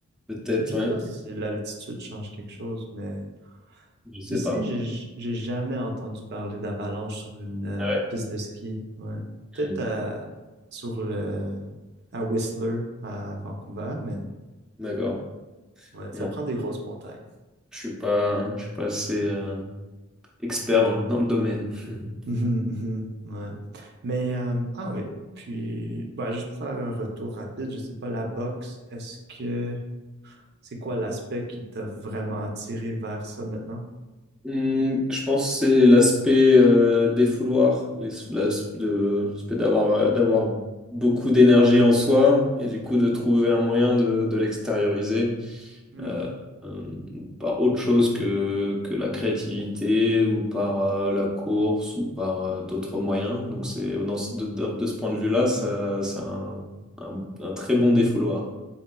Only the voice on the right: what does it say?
euh, je
sais pas si l'altitude change quelque chose, mais
Ici,
j'ai j'ai jamais entendu parler d'avalanche sur une euh,
piste de ski. Ouais. Peut-être
à- sur le à Whistler à Vancouver, mais
ouais, ça
prend des grosses montagnes. <laughs>
Mhm, mhm, ouais. Mais euh, ah oui. Puis bah, juste pour faire un retour rapide, je sais pas, la boxe, est-ce que c'est quoi l'aspect qui t'a vraiment attiré vers ça maintenant?
Hmm,